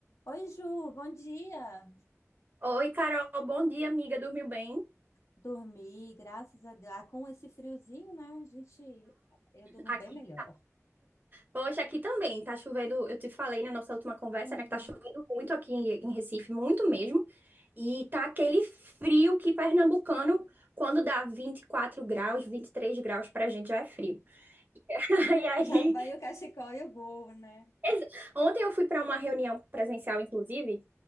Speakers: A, on the left; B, on the right.
A: Oi, Ju, bom dia.
B: Oi, Carol, bom dia, amiga. Dormiu bem?
A: Dormi, graças a Deus. Ah, com esse friozinho, né? A gente, eu durmo
B: Aqui.
A: bem melhor.
B: Poxa, aqui também tá chovendo. Eu te falei na nossa última conversa,
A: Uhum.
B: né, que tá chovendo muito aqui em em Recife, muito mesmo. E tá aquele frio que pernambucano, quando dá 24 graus, 23 graus pra gente já é frio. <laughs> E aí,
A: Já apanhei o cachecol e o gorro, né?
B: ex- ontem eu fui pra uma reunião presencial, inclusive,